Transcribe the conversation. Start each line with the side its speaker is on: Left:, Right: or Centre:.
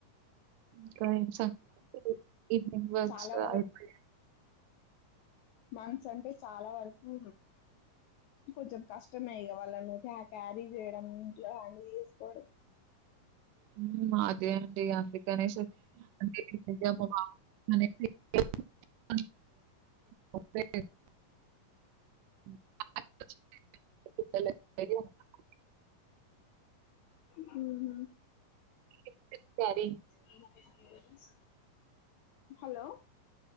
Right: ఇంక ఏం సంగతులు ఈవినింగ్ వర్క్స్
Left: చాలా
Right: గ
Left: వరకు
Right: అయిపోయాయ
Left: మంత్స్ అంటే చాలా వరకూ కొంచెం కష్టమే ఇగ వాళ్ళను క్యా క్యారీ చేయడం ఇంట్లో హాండిల్ చుసుకోవడం
Right: ఉమ్ మా అదే అండి అందుకనేసే అంటే <unintelligible> అనేసి <inaudible> <unintelligible> <unintelligible>
Left: హుహు
Right: <unintelligible>
Left: మనుపరిషి ఏజెన్స్ హలో